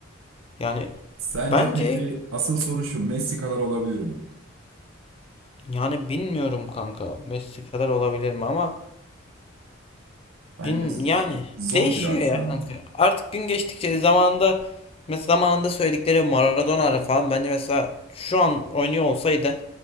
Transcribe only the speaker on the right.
Sence
peki asıl soru şu Messi kadar olabilir mi?
Bence
z-
zor
biraz
ya.